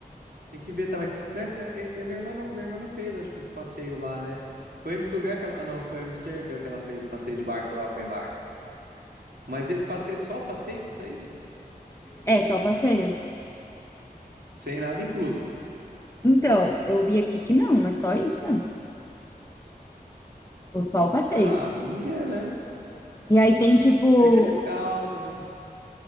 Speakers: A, on the right; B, on the left.
A: Tem que ver também. Mas, é, é, é, minha irmã, não- minha irmã não fez, acho que o passeio lá, né? Foi esse lugar que ela. Ah, não, foi Amsterdã que ela fez o passeio de barco lá, open bar. Mas esse passeio, só o passeio custa isso?
B: é só o passeio.
A: Sem nada incluso.
B: Então, eu vi aqui que não, é só isso, né? Ou só o passeio.
A: Ah, vamos ver, né?
B: E aí tem tipo,
A: É que é legal também.